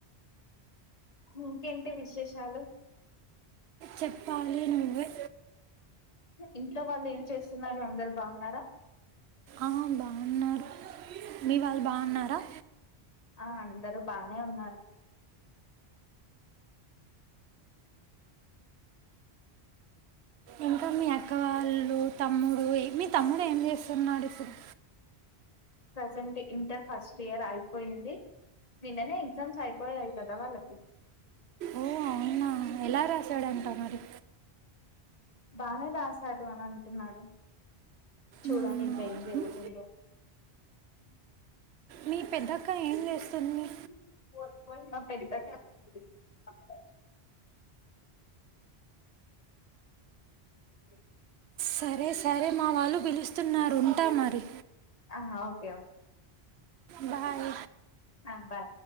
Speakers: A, on the left (about 35°); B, on the right (about 75°).
A: ఇంకేంటి విశేషాలు
B: చెప్పాలి నువ్వే
A: ఇంట్లో వాళ్ళు ఏం చేస్త స్తున్నారు అందరు బాగున్నారా
B: ఆ బాగున్నారు మీ వాళ్ళు బాగున్నారా
A: ఆ అందరూ బాగనే ఉన్నారు
B: ఇంకా మీ అక్కవాళ్ళు తమ్ముడు మీ తమ్ముడు ఏం చేస్తున్నాడు అసలు
A: ప్రజెంట్ ఇంటర్ ఫస్ట్ ఇయర్ అయిపోయింది నిన్ననే ఎగ్జామ్స్ అయిపోయాయి కదా వాళ్ళకి
B: ఓ అవునా ఎలా రాశాడంటా మరి
A: బానే రాసాడు అని అంటున్నాడు చూడాలి
B: మా అమ్మ,
A: ఇంకా ఏం జరుగుతుందో
B: "ఉమ్, మీ పెద్దక్క
A: <unintelligible>
B: ఏం చేస్తుంది
A: <unintelligible>
B: సరే సరే మా వాళ్ళు పిలుస్తున్నారు ఉంటా మరి
A: ఆ ఓకే ఓకే
B: బాయ్
A: ఆ బాయ్